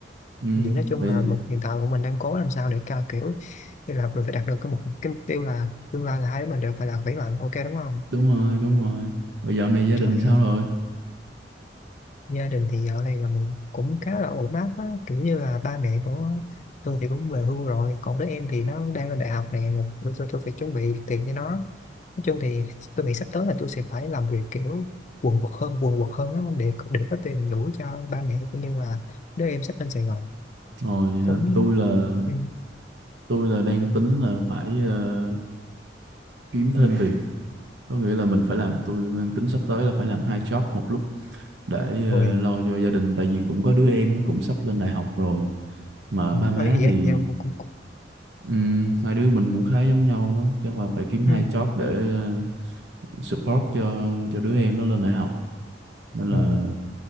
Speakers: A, on the right (about 75°); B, on the left (about 40°).
A: ừ,
B: vậy nói chung
A: rồi,
B: là một hiện tại bọn mình đang cố làm sao để ca kiểu như là mình phải đạt được cái mục cái mục tiêu là tương lai là hai đứa mình đều phải là khỏe mạnh ok đúng không
A: đúng rồi đúng rồi rồi dạo này gia
B: trời
A: đình sao
B: ơi
A: rồi
B: gia đình thì dạo này là mình cũng khá là ổn áp á kiểu như là ba mẹ của tôi thì cũng về hưu rồi còn đứa em thì nó đang lên đại học nè rồi tôi, tôi phải chuẩn bị tiền cho nó nói chung thì tôi nghĩ sắp tới là tôi sẽ phải làm việc kiểu quần quật hơn quần quật hơn á, để để có tiền đủ cho ba mẹ cũng như là đứa em sắp lên Sài Gòn
A: rồi hả?
B: cũng
A: tôi là
B: ừ,
A: tôi là đang tính là phải ờ, kiếm thêm việc có nghĩa là mình phải làm tôi đang tính sắp tới là phải làm hai job một lúc để ờ,
B: rồi
A: lo cho gia đình tại vì cũng có đứa em nó cũng sắp lên đại học rồi mà
B: ừ,
A: ba má
B: ấy vậy
A: thì
B: vậy cũng cũng cũng
A: ừm, hai đứa mình cũng khá giống nhau đó chắc là phải kiếm hai
B: ừ,
A: job để ờ, support cho cho đứa em nó lên đại học nên là
B: ừ,